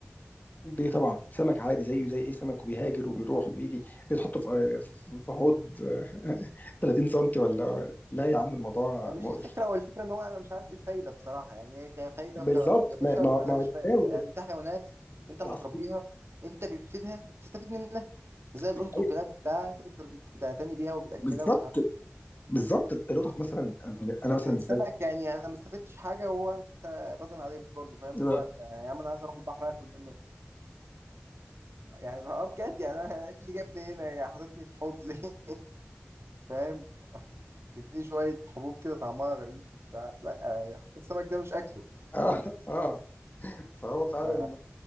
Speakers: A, on the left; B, on the right.
A: ليه طبعا سمك عادي زيه زي اي سمك وبيهاجر وبيروح وبيجي ليه تحطه في في حوض <laughs> 30 سم ولا لا يا عم الموضوع
B: يعني مش
A: مقرف
B: دي الفكره هو الفكره ان هو انا مش عارف ايه الفايده بصراحه يعني هي كفايده
A: بالظبط
B: وك- كبشر
A: ما ما
B: ما لهاش
A: ما
B: فايده
A: ده وده
B: يعني في حيوانات انت
A: العصافير
B: اما تربيها انت بتفيدها وبتستفيد منها زي القطط
A: أي-
B: والكلاب وبتاع انت بتربي- بتعتني بيها وبتاكلها
A: بالظبط
B: ومش عارف ايه
A: بالظبط القطط مثلا انا أنا
B: لكن
A: مثلا بالنسبه
B: السمك يعني انا ما استفدتش حاجه وهو انت باضن عليه برضه فاهم اللي
A: اه
B: هو انت يا عم انا عايز اروح البحر اكل منه يعني اه بجد يعني انا أنا إيه اللي جابني هنا حاططني في حوض ليه فاهم بتدي شوية حبوب كده طعمها غريب وبتاع لا يعني حتى السمك ده مش أكله
A: اه آه. فهو فعلا
B: ف...